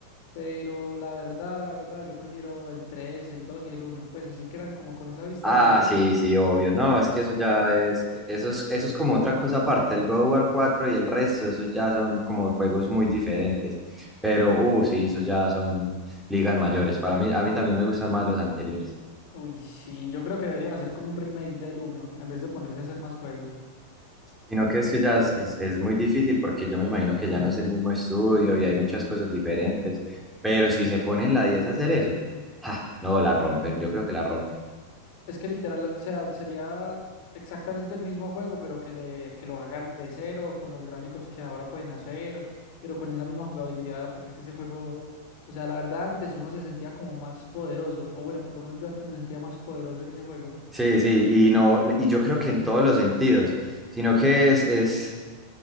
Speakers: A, on the left; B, in the centre.
A: pero la verdad, la verdad, yo prefiero el 3, el 2 y el uno. Pues así quedan como con esa vista
B: Ah,
A: desde arriba.
B: sí, sí, obvio. No, es que eso ya es, eso es, eso es como otra cosa aparte. El God of War 4 y el resto, eso ya son como juegos muy diferentes. Pero, uh, sí, eso ya son ligas mayores. Para mí, a mí también me gustan más los anteriores.
A: Uy, sí, yo creo que deberían hacer como un remake del uno en vez de ponerse a hacer más juegos.
B: Sino que es que ya es, es- es muy difícil porque yo me imagino que ya no es el mismo estudio y hay muchas cosas diferentes. Pero si se ponen la 10 a hacer eso, ja, no, la rompen. Yo creo que la rompen.
A: Es que literal, o sea, sería exactamente el mismo juego, pero que le, que lo hagan de cero, con los gráficos que ahora pueden hacer, pero con esa misma jugabilidad, porque es que ese juego, o sea, la verdad, antes uno se sentía como más poderoso, o bueno, por lo menos yo antes me sentía más poderoso en ese juego.
B: Sí, sí, y no, y yo creo que en todos los sentidos, sino que es, es